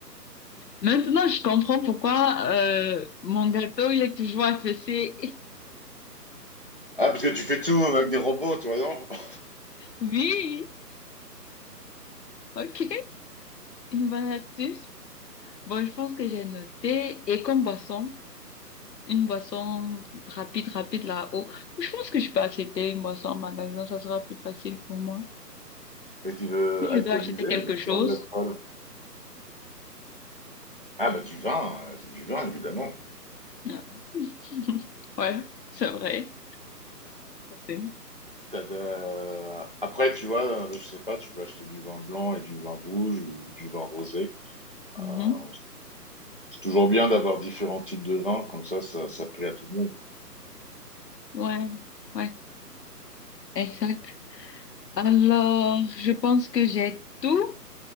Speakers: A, on the left; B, on the right.
A: Maintenant, je comprends pourquoi euh, mon gâteau, il est toujours affaissé. <laughs>
B: Ah, parce que tu fais tout avec des robots, toi, non? <laughs>
A: Oui, ok, une bonne astuce. Bon, je pense que j'ai noté. Et comme boisson, une boisson rapide, rapide là-haut. Je pense que je peux acheter une boisson en magasin, ça sera plus facile pour moi.
B: Mais tu veux
A: Si je
B: alcooliser
A: dois acheter quelque
B: ou
A: chose.
B: tu veux de l'alcool? Ah, bah, du vin, euh, c'est du vin, évidemment.
A: euh, <laughs> Ouais, c'est vrai. C'est-
B: T'as de- Après, tu vois, euh, je sais pas, tu peux acheter du vin blanc et du vin rouge ou du vin rosé.
A: Mhm.
B: Euh, C'est toujours bien d'avoir différents types de vins, comme ça, ça, ça plaît à tout le monde.
A: Ouais, ouais, exact. Alors, je pense que j'ai tout.